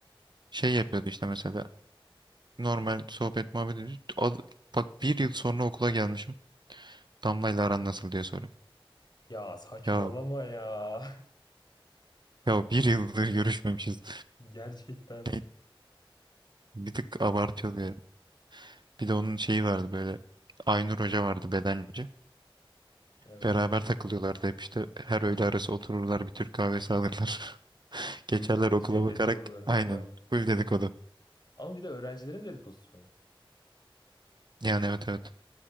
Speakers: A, on the right (about 50°); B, on the left (about 50°).
A: şey yapıyordu işte mesela Normal sohbet muhabbet ediyoruz. Al- Bak bir yıl sonra okula gelmişim. Damla ile aran nasıl diye soruyor.
B: Ya saçmalama
A: Ya
B: ya.
A: ya bir yıldır görüşmemişiz.
B: <laughs> Gerçekten.
A: <laughs> Be- Bir tık abartıyordu yani. Bir de onun şeyi vardı böyle. Aynur Hoca vardı bedenci.
B: Evet.
A: Beraber takılıyorlardı hep işte her öğle arası otururlar bir Türk kahvesi alırlar. <laughs> Geçerler
B: Gıybet
A: okula
B: şey
A: bakarak
B: dedikodularını
A: aynen
B: yaparlar.
A: full dedikodu.
B: Ama bir de öğrencilerin dedikodusu mu?
A: Yani evet evet.